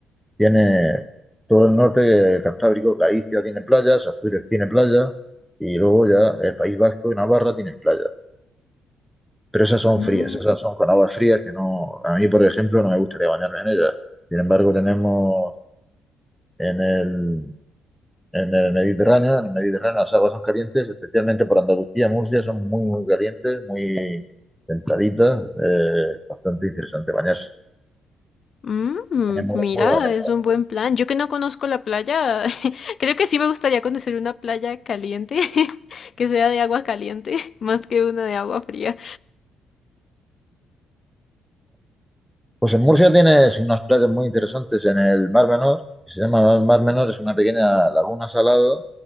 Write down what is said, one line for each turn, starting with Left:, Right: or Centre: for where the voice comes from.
Centre: Tiene todo el norte eh, Cantábrico, Galicia tiene playas, Asturias tiene playas y luego ya el País Vasco y Navarra tienen playas. Pero esas son
Left: Mm,
Centre: frías, esas son con aguas frías que no, a mí por ejemplo no me gustaría bañarme en ellas. Sin embargo, tenemos en el, en el Mediterráneo, en el Mediterráneo las aguas son calientes, especialmente por Andalucía, Murcia son muy, muy calientes, muy templaditas, eh, bastante interesante bañarse.
Left: mm,
Centre: Tenemos
Left: mira,
Centre: muy buena.
Left: es un buen plan. Yo que no conozco la playa, <laughs> creo que sí me gustaría conocer una playa caliente, <laughs> que sea de agua caliente, <laughs> más que una de agua fría.
Centre: Pues en Murcia tienes unas playas muy interesantes en el Mar Menor, que se llama el Mar Menor, es una pequeña laguna salada